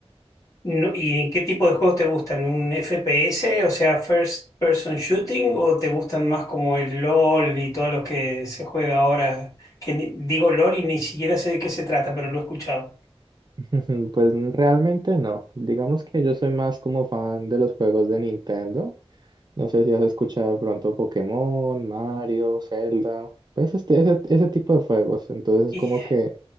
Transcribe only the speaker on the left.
No- ¿y qué tipo de juegos te gustan? ¿Un FPS, o sea, First Person Shooting, o te gustan más como el LOL y todos los que se juega ahora? Que ni- digo LOL y ni siquiera sé de qué se trata, pero lo he escuchado.
Y